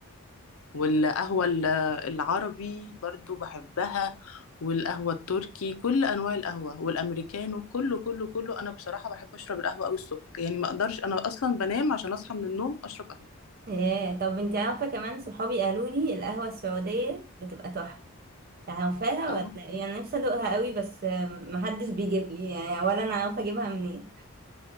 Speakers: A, on the left; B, on the right.
A: والقهوة ال- العربي برضو بحبها والقهوة التركي كل أنواع القهوة والأمريكانو كله كله كله أنا بصراحة بحب أشرب القهوة أوي الصبح يعني ما أقدرش أنا أصلا بنام عشان أصحى من النوم أشرب قهوة
B: ايه طب انتي عارفة كمان صحابي قالوا لي القهوة السعودية بتبقى تحفة عارفاها
A: اه
B: ولا ايه؟ أنا نفسي أدوقها قوي بس محدش بيجيب لي يعني ولا أنا عارفة أجيبها منين